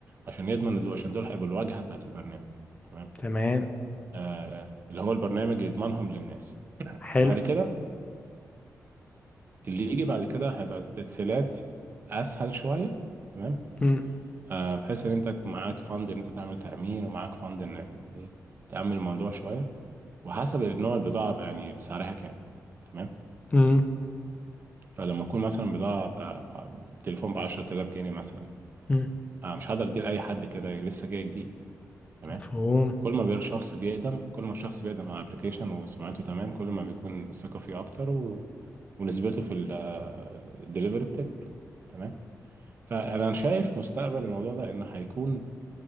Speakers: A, on the right; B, on the left.
A: عشان يضمن إن دول عشان دول هيبقوا الواجهة بتاعت البرنامج تمام
B: تمام
A: آه اللي هو البرنامج يضمنهم للناس
B: حلو
A: بعد كده اللي يجي بعد كده هيبقى التسهيلات أسهل شوية تمام
B: مم.
A: آه بحيث إن أنت معاك فند إن أنت تعمل تأمين ومعاك فند إن يعني تأمن الموضوع شوية وحسب نوع البضاعة بقى يعني بسعرها كام تمام
B: مم.
A: فلما أكون مثلا بضاعة بقى بقى- تليفون ب 10000 جنيه مثلا
B: مم.
A: آه مش هقدر أديه لأي حد كده لسه جاي جديد تمام
B: مفهوم
A: كل ما بيبقى الشخص بيقدم كل ما الشخص بيقدم على ابلكيشن وسمعته تمام كل ما بيكون الثقة فيه أكتر و... ونسبته في الدليفري بتكبر تمام فأنا شايف مستقبل الموضوع ده إن هيكون